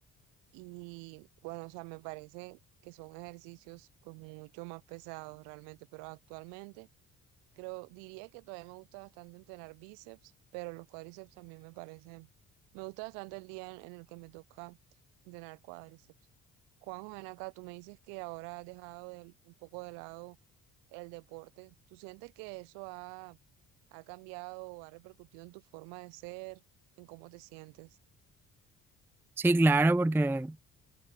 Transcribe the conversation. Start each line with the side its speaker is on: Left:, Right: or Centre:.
Right: Y bueno, o sea, me parece que son ejercicios pues mucho más pesados realmente, pero actualmente creo, diría que todavía me gusta bastante entrenar bíceps, pero los cuádriceps también me parecen, me gusta bastante el día en, en el que me toca entrenar cuádriceps. Juanjo, ven acá, tú me dices que ahora has dejado del- un poco de lado el deporte. ¿Tú sientes que eso ha, ha cambiado o ha repercutido en tu forma de ser, en cómo te sientes?
Centre: Sí, claro, porque